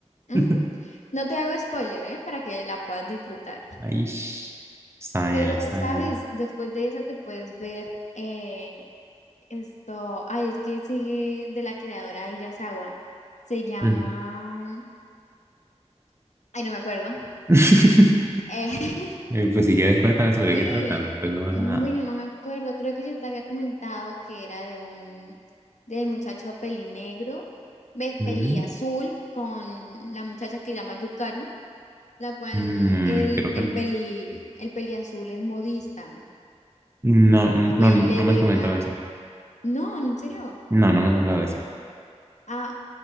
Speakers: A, on the left (about 80°); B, on the right (about 20°).
A: ujú.
B: <laughs>
A: No te hago spoiler, ¿eh? Para que la puedas disfrutar.
B: Ay, está bien,
A: Pero,
B: está
A: ¿sabes?
B: bien.
A: Después de esa te puedes ver eh, esto. Ay, es que sigue de la creadora de Yasawa. Se llama.
B: Ujú.
A: Ay, no me acuerdo.
B: <laughs>
A: Eh, <laughs>
B: Eh, pues si quieres, cuéntame sobre
A: y,
B: qué tratan. Pues no pasa
A: bueno,
B: nada.
A: no me acuerdo. Creo que yo te había comentado que era de un de muchacho pelinegro, ves,
B: Mm,
A: peliazul, con la muchacha que se llama Yukari, la cual
B: mm,
A: el,
B: creo
A: el
B: que no.
A: peli, el peliazul es modista
B: No, n-
A: y
B: no,
A: él
B: no
A: le
B: me
A: deja.
B: has comentado eso.
A: No, en serio.
B: No, no me has hablado de eso.
A: Ah,